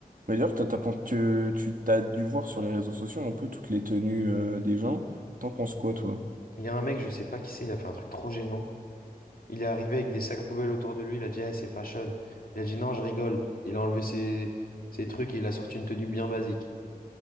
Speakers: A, on the right; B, on the left.
A: Mais d'ailleurs, t'as, t'as pen- tu, tu t'as dû voir sur les réseaux sociaux un peu toutes les tenues, euh, des gens. T'en penses quoi, toi?
B: Il y a un mec, je sais pas qui c'est, il a fait un truc trop gênant. Il est arrivé avec des sacs poubelles autour de lui, il a dit, Ah, c'est fashion. Il a dit, non, je rigole. Il a enlevé ses, ses trucs et il a sorti une tenue bien basique.